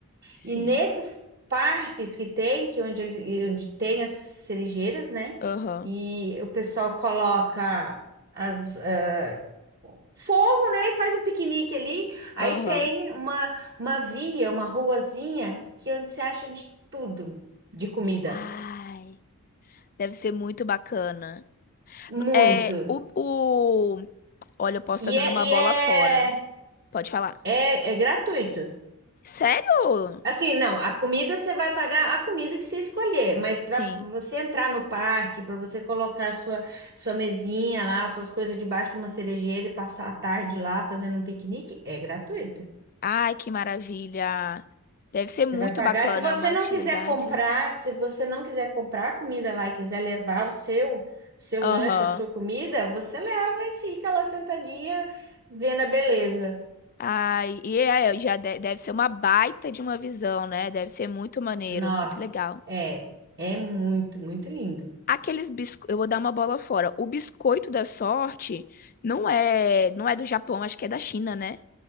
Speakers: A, on the left; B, on the right.
A: Sim.
B: E nesses parques que tem, que é onde, ele- onde tem as cerejeiras, né?
A: Aham.
B: E o pessoal coloca as ah, fogo, né? E faz um piquenique ali. Aí
A: Aham.
B: tem uma, uma via, uma ruazinha, que é onde você acha de tudo de comida.
A: Ai, deve ser muito bacana.
B: Muito.
A: É, o, o... Olha, eu posso
B: E
A: estar dando
B: é,
A: uma
B: e
A: bola
B: é,
A: fora. Pode falar.
B: é, é gratuito.
A: Sério?
B: Assim, não, a comida você vai pagar a comida que você escolher, mas para
A: Sim.
B: você entrar no parque, para você colocar a sua, sua mesinha lá, suas coisas debaixo de uma cerejeira e passar a tarde lá fazendo um piquenique, é gratuito.
A: Ai, que maravilha. Deve ser
B: Você
A: muito
B: vai pagar.
A: bacana
B: Se você
A: é uma
B: não
A: atividade.
B: quiser comprar, se você não quiser comprar a comida lá e quiser levar o seu, o seu
A: Aham.
B: lanche, a sua comida, você leva e fica lá sentadinha vendo a beleza.
A: Ai, e é, já de- deve ser uma baita de uma visão, né? Deve ser muito maneiro,
B: Nossa,
A: muito legal.
B: é, é muito, muito lindo.
A: Aqueles biscoitos, eu vou dar uma bola fora. O biscoito da sorte não é, não é do Japão, acho que é da China, né?